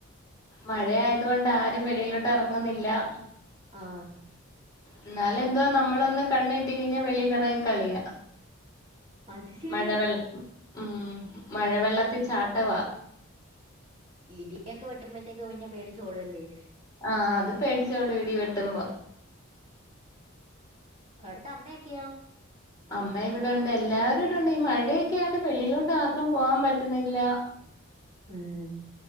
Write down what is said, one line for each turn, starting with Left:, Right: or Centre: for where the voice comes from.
Left: മഴയായതുകൊണ്ട് ആരും വെളിയിലോട്ട് എറങ്ങുന്നില്ലാ
Right: ആഹ്
Left: ഇന്നാലെന്തുവാ നമ്മളൊന്ന് കണ്ണ് തെറ്റി കഴിഞ്ഞാ വെളിയിലെറങ്ങി കളിയാ
Right: അത് ശരിയാ
Left: മഴവെൾ ആഹ് മഴവെള്ളത്തിൽ ചാട്ടവാ
Right: ഇടിയൊക്കെ വെട്ടുമ്പഴ്ത്തേക്ക് പിന്നെ പേടിച്ചോടും അല്ലേ
Left: ആഹ് അത് പേടിച്ചോടും ഇടി വെട്ടുമ്പോ
Right: അവ്ട്ത്തെ അമ്മയെക്കെയോ?
Left: അമ്മ ഇവിടൊണ്ട് എല്ലാവരും ഇവിടൊണ്ട് ഈ മഴയൊക്കെ ആയോണ്ട് വെളിയിലോട്ട് ആർക്കും പോവാൻ പറ്റുന്നില്ലാ
Right: ആഹ്